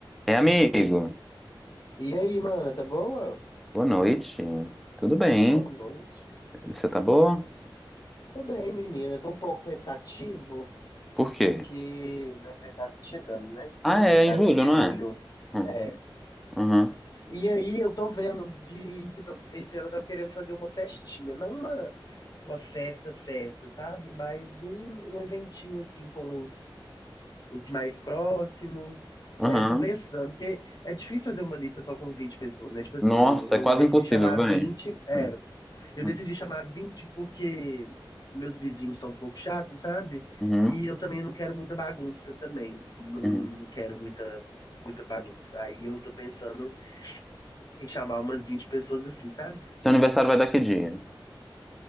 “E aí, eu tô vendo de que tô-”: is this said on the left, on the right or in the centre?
Left